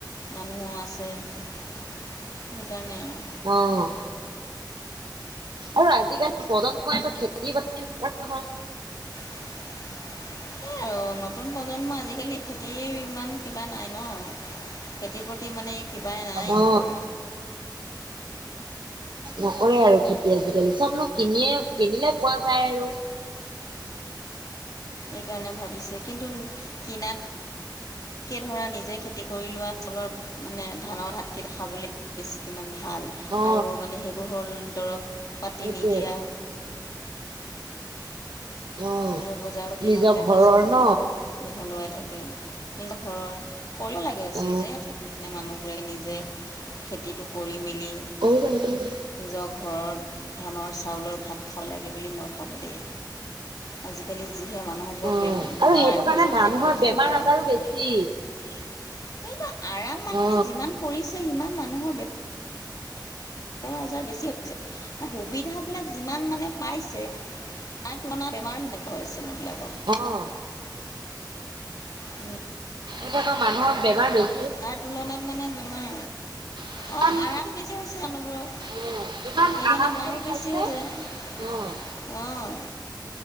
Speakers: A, on the left; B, on the right.
A: মানুহো আছে সেইকাৰণে আৰু।
B: অ'। আৰু আজিকালিৰ প্ৰজন্মই আকৌ খেতি বাতি নকৰে নহয়।
A: <inaudible> আৰু নতুন প্ৰজন্মই আজিকালি খেতি ইমান কিবা নাই ন' খেতি মানে কিবাই নাই
B: অ
A: সিহঁতৰ।
B: নকৰে আৰু খেতি আজিকালি। চবনো কিনিয়ে কিনিলেই পোৱা যায় আৰু।
A: এইকাৰণে ভাবিছে কিন্তু কিনাত কে ধৰা নিজে খেতি কৰি লোৱসকলৰ মানে ধানৰ হাতকট খাবলৈ বেছি কিমান ভাল
B: অ
A: আৰু মানে সেইবোৰ হ'ল দৰৱ পাতি
B: সেইটোৱে
A: নিদিয়া।
B: অ
A: আৰু বজাৰৰ কিনাবিলাটো
B: নিজৰ ঘৰৰ
A: চব
B: ন
A: ঔষধ মিহলোৱাই থাকে নিজৰ ঘৰৰ, কৰিব লাগে আছিলি
B: অ
A: যে আজে মানুহ বোৰে নিজে খেতিটো কৰি মেলি
B: অ' বাইদেউ
A: নিজৰ ঘৰৰ, ধানৰ চাউলৰ ভাত খাব লাগে বুলি মই ভাবোঁ দেই। আজিকালি যিহে মানুহবোৰ
B: অ
A: বে-বেমাৰ
B: আৰু সেইটো
A: ভেজ
B: কাৰণে
A: খাদ্য
B: মানুহৰ
A: খাই
B: বেমাৰ
A: খাই।
B: আজাৰো বেছি
A: সেইটো আৰাম মানুহে
B: অ
A: যিমান কৰিছে সিমান মানুহৰ বে ৰো আজাৰ বেছি হৈছে। সুবিধাবিলাক যিমান মানে পাইছে আৰু তোমাৰ বেমাৰ সেনেকুৱা আছে ন' বিলাক
B: অহ।
A: উম।
B: এটো <unintelligible> ক মানুহক বেমাৰ ব
A: তাৰ তুলনাত মানে বেমাৰ
B: যিমান
A: অ', আৰাম বেছি হৈছে মানুহবোৰৰ
B: অ যিমান
A: সেইকাৰণে
B: আৰাম
A: বেমাৰো
B: কৰি খাইছে
A: বেছি হৈছে।
B: অঁ
A: অহ